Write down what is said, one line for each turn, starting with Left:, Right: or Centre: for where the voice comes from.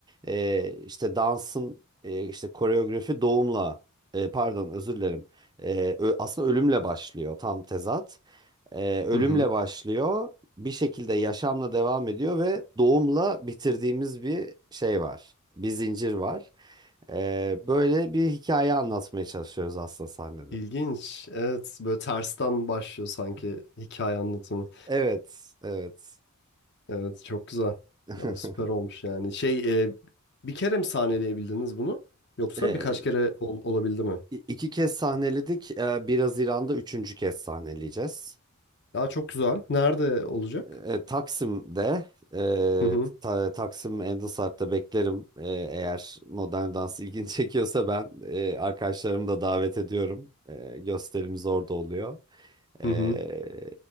Right: e, işte dansın e, işte koreografi doğumla e, pardon özür dilerim. E, ö- aslında ölümle başlıyor tam tezat. E, ölümle
Left: Hı hı.
Right: başlıyor. Bir şekilde yaşamla devam ediyor ve doğumla bitirdiğimiz bir şey var. Bir zincir var. E, böyle bir hikaye anlatmaya çalışıyoruz aslında sahnede.
Left: İlginç. Evet böyle tersten başlıyor sanki hikaye anlatımı.
Right: Evet, evet.
Left: Evet çok güzel.
Right: <laughs>
Left: Vallahi süper olmuş yani. Şey e, bir kere mi sahneleyebildiniz bunu? Yoksa
Right: E,
Left: birkaç kere ol- olabildi mi?
Right: i- iki kez sahneledik. E, 1 Haziran'da üçüncü kez sahneleyeceğiz.
Left: Aa çok güzel. Nerede olacak?
Right: E, Taksim'de e,
Left: Hı hı.
Right: Ta- Taksim Endosart'ta beklerim. E, eğer modern dans ilgini <laughs> çekiyorsa ben e, arkadaşlarımı da davet ediyorum. E, gösterimiz orada oluyor. E,
Left: <laughs>